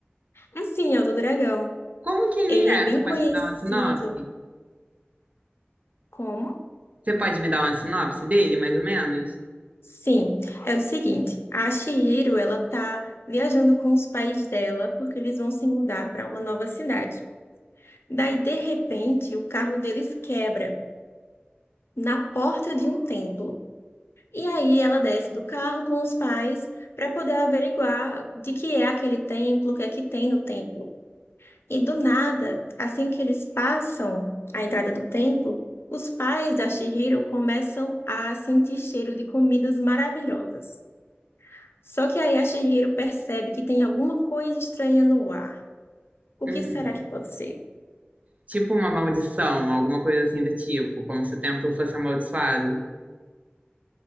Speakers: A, on the left; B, on the right.
A: Assim, ó, do dragão.
B: Como que ele
A: Ele
B: é?
A: é bem
B: Você pode
A: conhecido
B: me dar uma sinopse?
A: como?
B: Você pode me dar uma sinopse dele, mais ou menos?
A: Sim, é o seguinte, a Chihiro, ela tá viajando com os pais dela porque eles vão se mudar para uma nova cidade. Daí, de repente, o carro deles quebra na porta de um templo. E aí ela desce do carro com os pais para poder averiguar de que é aquele templo, o que é que tem no templo. E do nada, assim que eles passam a entrada do templo, os pais da Chihiro começam a sentir cheiro de comidas maravilhosas. Só que aí a Chihiro percebe que tem alguma coisa estranha no ar. O
B: Hum,
A: que será que pode ser?
B: tipo uma maldição, alguma coisa assim do tipo, como se o templo fosse amaldiçoado.